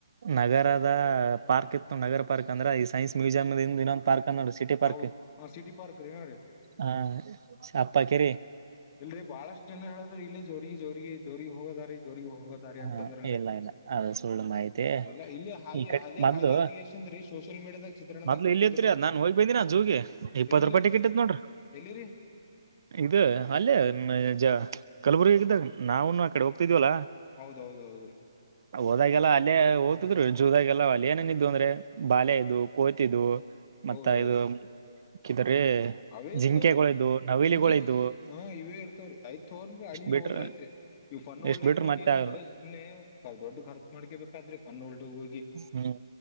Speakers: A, on the right (about 55°); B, on the left (about 30°).
A: ನಗರದ ಪಾರ್ಕ್ ಇತ್ತು ನಗರ ಪಾರ್ಕ್ ಅಂದ್ರೆ ಈ ಸೈನ್ಸ್ ಮ್ಯೂಸಿಯಂ ಇನ್ನೊಂದು ಪಾರ್ಕ್ ಸಟಿ ಪಾರ್ಕ್
B: ಹೌದ್ ಸಿಟಿ ಪಾರ್ಕ್ ರೀ ನೋಡಿ
A: ಹ ಅಪ್ಪಾ ಕರಿ
B: ಇಲ್ರೀ ಬಾಳಷ್ಟು ಜನ ಹೇಳದ್ರ ಇಲ್ಲಿ ಜೋರಿಗೆ ಜೋರಿಗೆ ಜೋರಿಗೆ ಹೋಗೋದಾರಿ ಜೋರಿಗೆ ಹೋಗ ಹೋಗೋದಾರಿ
A: ಹ
B: ಅಂತಂದ್ರಲ್
A: ಇಲ್ಲ ಇಲ್ಲ ಅದು ಸುಳ್ಳು ಮಾಹಿತಿ
B: ಇಲ್ಲ ಇಲ್ಲಿ ಹಾದಿ
A: ಈ ಕಡೆ
B: ಹಾದೇ
A: ಮೊದ್ಲು
B: ಹಾದಿ ಅಂತ ಎಷ್ಟ ಅಂದ ಶೋ ಸೋಷಿಯಲ್ ಮೀಡಿಯಾದಾಗ ಚಿತ್ರಣದಾಗ
A: ಮೊದ್ಲು
B: ಬಿಟ್ಟಿದ್ರಿ
A: ಇಲ್ಲಿ ಇತ್ರಿ ಅದ್ ನಾನ್ ಹೋಗಿ ಬಂದಿನ ಜೂಗೆ ಇಪ್ಪತ್
B: ಎಲ್ಲಿರಿ
A: ರೂಪಾಯಿ ಟಿಕೆಟ್ ಇತ್ ನೋಡ್ರಿ
B: ಎಲ್ಲಿರಿ
A: ಇದು ಅಲ್ಲೇಜ ಕಲ್ಬುರ್ಗಿ ಹಗಿದ್ದಾಗ ನಾವನು ಆ ಕಡೆ ಹೋಗ್ತಿದವಲ್ಲಾ
B: ಹೌದೌದು್ರ
A: ಹೋದಾಗೆಲ್ಲ ಅಲ್ಲೇ ಓ್ತಿದ್ರು ಜದಾಗೆಲ್ಲ ಅಲ್ಲಿ ಏನೇನ ಇದಿದ್ದು ಅಂದ್ರೆ ಬಾಯ ಇದು ಕೋತು ಮತ್ತ
B: ಹೌದೌದು
A: ಇದು ಕ್ರೀ
B: ಅವೇ ಇರ್ತವ್ರಿ
A: ಜಿಂಕೆ ಇದಿದವು ನವಿಲಿಗಳುಿದವು
B: ಜಿಂಕಿ ಹಾ ಇವೇ ಇರ್ತವ್ರೀ ಯ್ತ್ ತೋ್ರಿ ಅಲ್ಲಿಗ
A: ಬಿಟ್ರ
B: ಹೋದ್ರ ಐತ್ರಿ ಇವ ಫನ್ೋಲ್ಡಗ್
A: ಎಷ್ಟ್ ಬಿಟ್ರ
B: ಹೋಗಿ
A: ಮತ್ತೆ
B: ಅಷ್ಟ
A: ಆಗಲ್ಲ
B: ನೀ ದೊಡ್ ಖರ್ಚ ಮಾಡಕೇಬೇಕಾದ್ರೆಫ ಹೋಗಿ
A: ಹ್ಮ್